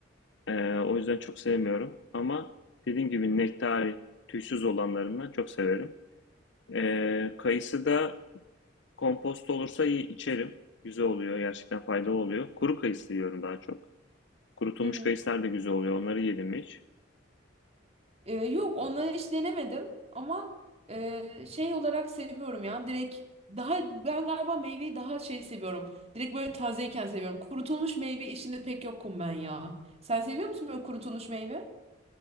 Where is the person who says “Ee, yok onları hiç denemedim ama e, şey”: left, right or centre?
Right